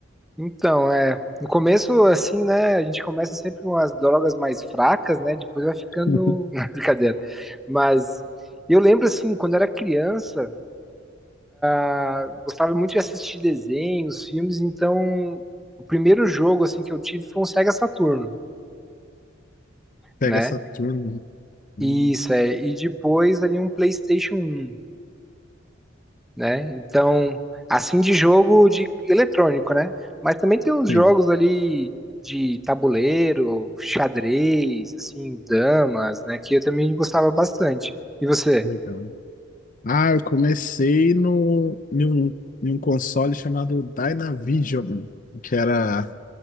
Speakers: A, in the centre; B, on the left.
A: Então, é, no começo, assim, né, a gente começa sempre com as drogas mais fracas, né, depois vai ficando...
B: <laughs>
A: <laughs> Brincadeira. Mas eu lembro, assim, quando era criança, ah, gostava muito de assistir desenhos, filmes, então o primeiro jogo, assim, que eu tive foi um Sega Saturno,
B: Pega
A: né?
B: essa turma. Hum,
A: Isso, é, e depois ali um PlayStation um. né? Então, assim de jogo de eletrônico, né? Mas também tem uns
B: Tem,
A: jogos ali de tabuleiro, xadrez, assim, damas, né? Que eu também gostava bastante. E você?
B: legal. Ah, eu comecei no, em um, em um console chamado Dynavision, que era...